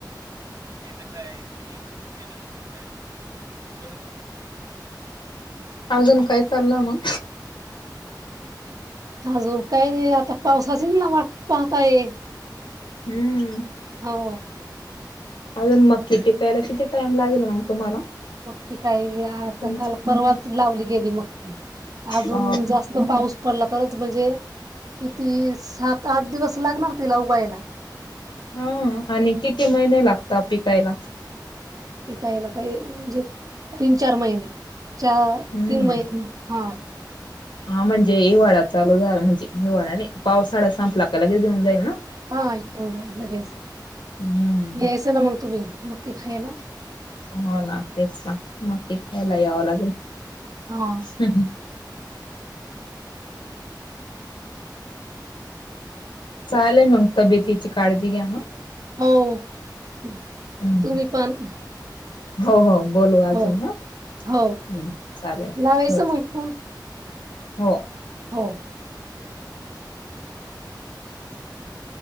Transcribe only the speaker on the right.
ते कस आहे की, <inaudible>
अजून काय नाही आता पावसाची ना वाट पाहत आहे.
हो
मक्की काही या आता
काल परवाच लावली गेली मक्की. अजून
जास्त पाऊस पडला तरच म्हणजे किती सात -आठ दिवस लागणार तिला उगवायला.
पिकायला काही म्हणजे तीन - चार महिने चा
तीन महिने हा
हा येऊन राहील लगेच
यायचं ना... मग तुम्ही मक्की खायला.
हा
<inaudible>
हो, हम्म...
तुम्ही पण...
हो
हो
लावायचं
मग फोन
हो